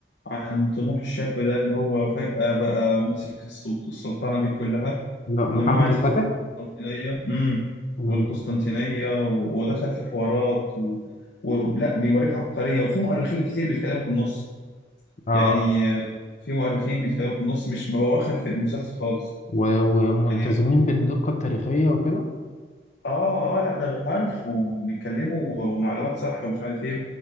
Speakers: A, on the left (about 70°); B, on the left (about 45°).
A: عن طموح الشاب ده اللي هو فجأة بقى ماسك السلط- السلطنة دي كلها
B: لا محمد
A: وإن هو عايز
B: الفاتح
A: يفتح القسطنطينية امم
B: مم.
A: والقسطنطينية و- ودخل في حوارات و... ولا بيوريك عبقرية وفي مؤرخين كتير بيتكلموا في النص
B: اه
A: يعني آه، في مؤرخين بيتكلموا في النص مش مبواخر في المسلسل خالص
B: و- وملتزمين
A: يعني لا
B: بالدقه التاريخيه وكده
A: آه آه لا ده بالحرف وبيتكلموا ومعلومات صح ومش عارف إيه